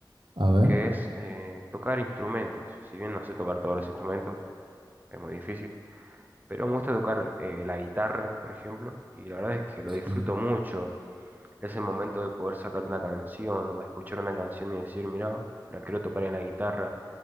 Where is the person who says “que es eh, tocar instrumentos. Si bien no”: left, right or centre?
Right